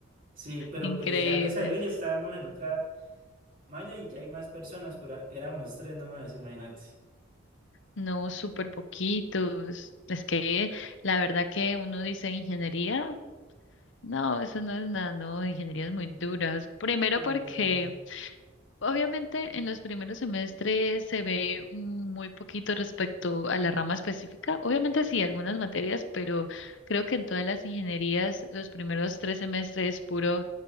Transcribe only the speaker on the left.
Increíble.
No, súper poquitos. Es que la verdad que uno dice ingeniería, no, eso no es nada, no, ingeniería es muy dura. Primero
porque
Obviamente, en los primeros semestres se ve mm, muy poquito respecto a la rama específica. Obviamente sí, algunas materias, pero creo que en todas las ingenierías los primeros tres semestres es puro